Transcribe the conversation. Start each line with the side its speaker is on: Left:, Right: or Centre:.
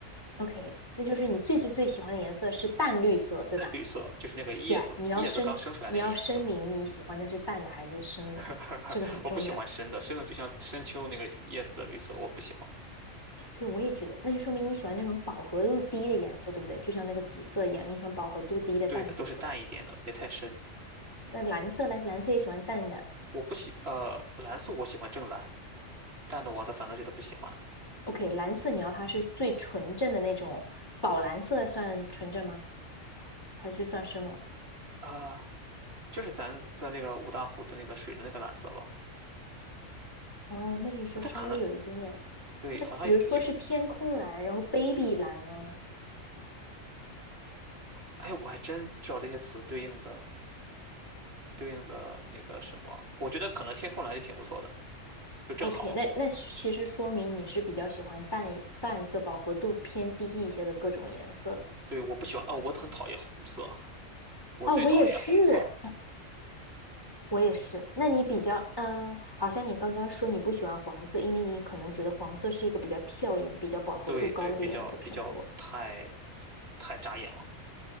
Left: OK，那就是你最最最喜欢的颜色是淡绿色，对吧
Right: 淡绿色，就是那个叶子叶子刚生出来那个颜色，
Left: ？Yeah，你要声你要声明你喜欢的是淡的还是深的，
Right: <laughs>
Left: 嗯这个很重要。
Right: 我不喜欢深的，深的就像深秋那个叶子的绿色，我不喜欢。
Left: 对，我也觉得，那就说明你喜欢那种饱和度低的颜色，对不对？就像那个紫色一样，你喜欢饱和度低的淡紫色。
Right: 对的，都是淡一点的，别太深。
Left: 那蓝色嘞，蓝色也喜欢淡的。
Right: 我不喜呃蓝色，我喜欢正蓝。淡的我的反倒觉得不喜欢
Left: OK，蓝色你要它是最纯正的那种，宝蓝色算纯正吗？还是算深了？
Right: 啊，呃就是咱在那个五大湖的那个水的那个蓝色吧，
Left: 哦，那就是说稍微有一点点。
Right: 啊，它可能对，
Left: 那比如说是天空蓝，
Right: 好像有，
Left: 然后 baby 蓝呢
Right: 哎，我还真不知道这些词对应的对应的那个什么，我觉得可能天空蓝就挺不错的，就正好。
Left: ？OK，那那其实说明你是比较喜欢淡淡色、饱和度偏低一些的各种颜色的。
Right: 对，我不喜欢哦，我很讨厌红色，我最讨厌红色。
Left: 哦，我也是。我也是。那你比较，嗯，好像你刚刚说你不喜欢黄色，因为你可能觉得黄色是一个比较跳眼、比较饱和度高的颜色偏多。
Right: 对对，比较比较太太扎眼了。